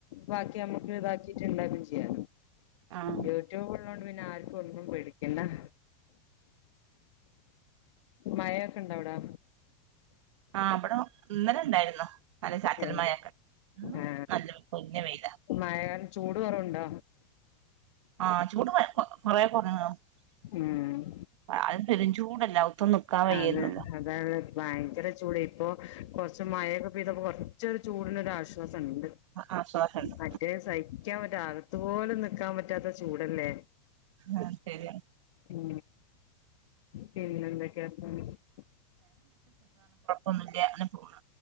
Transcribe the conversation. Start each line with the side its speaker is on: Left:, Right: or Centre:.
Left: ബാക്കി അമക്ക് താക്കി <unintelligible> ചെയ്യ
Right: ആഹ്
Left: യൂട്യൂബ് ള്ളൊണ്ട് പിന്നെ ആർക്കും ഒന്നും പേടിക്കണ്ട <inaudible> മയൊക്കെണ്ടവിടെ
Right: ആ ഇവിടെ ഇന്നലെണ്ടായിര്ന്നു നല്ല ചാറ്റൽമയൊക്കെ
Left: ഏ
Right: ഇന്ന്
Left: ആ
Right: പൊരിഞ്ഞ വെയില
Left: മഴ ചൂട് കുറവുണ്ടോ
Right: ആ ചൂട് കോ കൊറേ <unintelligible>
Left: ഉം
Right: വയ്യായിരുന്നല്ലോ
Left: അതെ അതാണ് ഭയങ്കര ചൂട് ഇപ്പൊ കുറച്ച് മയൊക്കെ പെയ്തപ്പോ കൊറച്ചൊരു ചൂടിന് ഒരാശ്വാ ശ്വാസണ്ട്
Right: ആശ്വാസണ്ട്
Left: മറ്റേ സ നിക്കാൻ പറ്റ അകത്ത് പോലും നിക്കാൻ പറ്റാത്ത ചൂടല്ലേ
Right: ആ ശെരിയ
Left: ഉം പിന്നെ എന്താക്കെ <unintelligible>
Right: ഒന്നൂല്ല അങ്ങനെ പോണ്